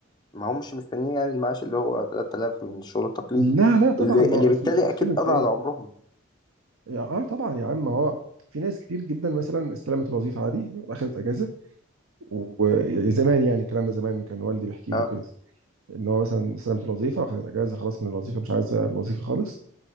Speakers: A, on the left (about 20°); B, on the right (about 80°).
A: ما همش مستنيين يعني المعاش اللي هو 3000 من الشغل التقليدي
B: لا لا طبعا
A: اللي,
B: ما
A: اللي
B: هو
A: بالتالي
B: اصل انت بتتكلم
A: أكيد قضى
B: في ايه
A: على عمرهم
B: يا اه طبعا يا عم هو في ناس كتير جدا مثلا استلمت الوظيفه عادي واخدت اجازه وزمان يعني الكلام ده زمان كان والدي بيحكي
A: أه
B: لي كده ان هو مثلا استلمت الوظيفه واخدت اجازه خلاص من الوظيفه مش عايزه الوظيفه خالص